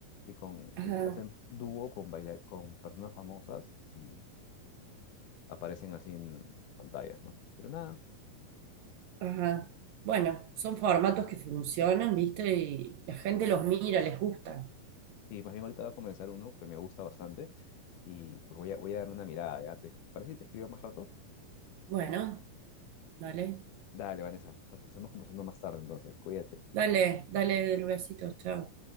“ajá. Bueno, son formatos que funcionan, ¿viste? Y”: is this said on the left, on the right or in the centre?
Right